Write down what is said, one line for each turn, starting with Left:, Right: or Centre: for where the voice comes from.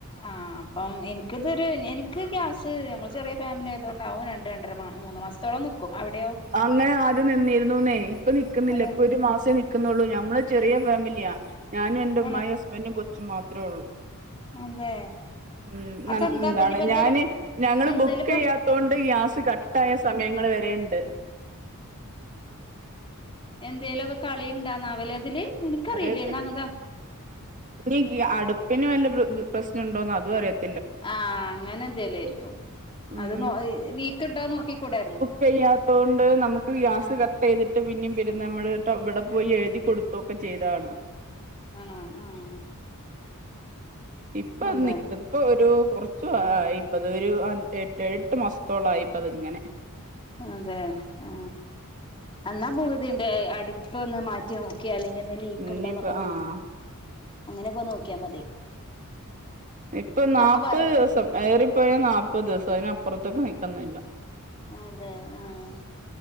Left: ആ അപ്പം എനിക്കിതൊരു എനിക്ക് ഗ്യാസ് ഞമ്മൾ ചെറിയ ഫാമിലി ആയതുണ്ടാവും രണ്ട് രണ്ടര മാ മൂന്ന് മാസം ത്തോളം നിൽക്കും അവിടെയോ?
Right: അങ്ങനെ ആദ്യം നിന്നിരുന്നുന്നേ ഇപ്പൊ നിക്കുന്നില്ല
Left: അതെ
Right: ഇപ്പൊ ഒരു മാസേ നി ക്കുന്നുള്ളൂ ഞമ്മള് ചെറിയ ഫാമിലിയാ ഞാനും എന്റെമ്മായും
Left: ആണോ
Right: ഹസ്ബൻറും കൊച്ചും മാത്രൊള്ളൂ.
Left: അതെ
Right: ഉം
Left: അതെന്താ
Right: നല്ല് എന്താണ്
Left: ഇപ്പ ഇനിയിപ്പ എന്തേലും
Right: ഞാന് ഞങ്ങള്
Left: എന്തേലും
Right: ബുക്കെയ്യാത്തൊണ്ട്
Left: ഇപ്പൊ
Right: ഗ്യാസ് കട്ടായ സമയങ്ങൾ വരെണ്ട് അ
Left: എന്തേലൊക്കെ കളി ഉണ്ടാന്നാവലെ അതില് എനിക്കറിയില്ലേ
Right: അറിയത്തി
Left: എന്നാ അങ്ങൻതാ
Right: ഇനി ഈ അ അടുപ്പിന് വല്ല ബ് ബ് പ്രശ്നൊണ്ടോന്ന് അതും അറിയത്
Left: ആഹ് അങ്ങനെ എന്തേലു ആരിക്കും
Right: ഉം
Left: അത് നോ ഇ ലീക്ക് ഇണ്ടോന്ന് നോക്കി കൂടായിരുന്നോ?
Right: കഴ്യാത്തൊണ്ട് നമുക്ക് ഗ്യാസ് കട്ടെയ്തിട്ട് പിന്നും വരുന്ന നമ്മൾക്കവ്ടെ പോയി എഴുതി കൊടുത് ഒക്കെ ചെയ്താണ്.
Left: ആണ ആഹ്
Right: ഇപ്പ അത്
Left: അതെ
Right: നിക്കുന്നു.. ഇപ്പോ ഒരു കൊറച്ച് ആയിപ്പത് ഒരു അൻ എട്ട് ഏഴെട്ട് മാസത്തോളായിപ്പതിങ്ങനെ
Left: അതെ ആ എന്നാ ഭൂതിന്റെ അടുപ്പൊന്ന് മാറ്റി റ്റി നോക്കിയ അല്ലെങ്കിൽ എന്താ ലീക്കിണ്ടോന്നൊക്കെ
Right: ഇനിയിപ്പ
Left: നോ
Right: ആഹ്
Left: അങ്ങനെയൊക്കെ നോക്കിയാൽ മതി.
Right: ഇപ്പൊ നാപ്പത്
Left: അപ്പൊ വറക്
Right: ദിവസം ഏറിപ്പോയ നാപ്പത് ദിവസം അതിനപ്പുറത്തേക്ക് നിക്കുന്നില്ല.
Left: അതെ ആഹ്